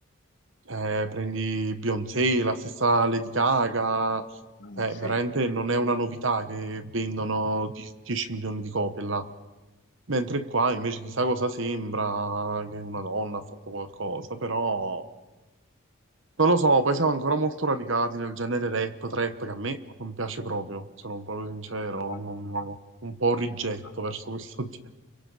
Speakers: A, on the right; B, on the left.
A: Eh, prendi Beyoncé, la stessa Lady Gaga,
B: ah,
A: eh,
B: sì,
A: veramente non è una novità che vendono di- 10 milioni di copie là. Mentre qua invece chissà cosa sembra che una donna ha fatto qualcosa, però non lo so, poi siamo ancora molto radicati nel genere rap, trap, che a me non piace proprio, sono proprio sincero,
B: No,
A: non- un po' rigetto
B: no.
A: verso questo <laughs> genere.